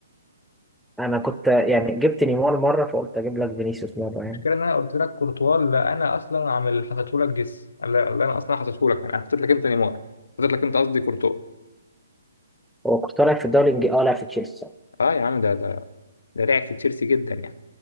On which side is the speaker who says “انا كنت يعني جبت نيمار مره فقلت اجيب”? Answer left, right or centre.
Centre